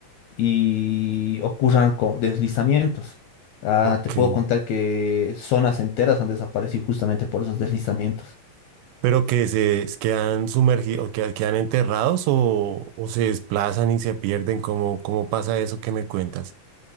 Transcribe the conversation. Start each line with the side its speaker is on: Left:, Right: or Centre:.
Left: y ocurran co- deslizamientos. Ah,
Right: Ok.
Left: te puedo contar que zonas enteras han desaparecido justamente por esos deslizamientos.
Right: Pero que se quedan sumergidos, que quedan enterrados o, o se desplazan y se pierden, ¿cómo, cómo pasa eso que me cuentas?